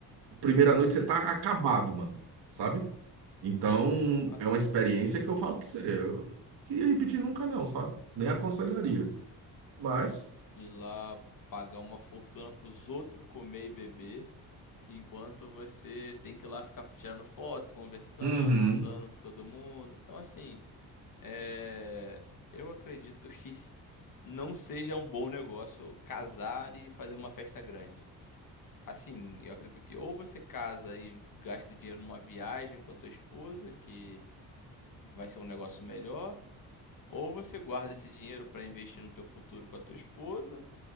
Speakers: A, on the right; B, on the left.
A: Primeira noite você tá acabado, mano. Sabe? Então,
B: A-
A: é uma experiência que eu falo pra você. Eu não queria repetir nunca, não, sabe? Nem aconselharia. Mas,
B: Ir lá pagar uma fortuna pros outros comer e beber, enquanto você tem que ir lá ficar tirando foto, conversando,
A: uhum,
B: andando com todo mundo. Então, assim, é... eu acredito <laughs> que não seja um bom negócio casar e fazer uma festa grande. Assim, eu acredito que ou você casa e gasta dinheiro numa viagem com a tua esposa, que vai ser um negócio melhor, ou você guarda esse dinheiro para investir no teu futuro com a tua esposa,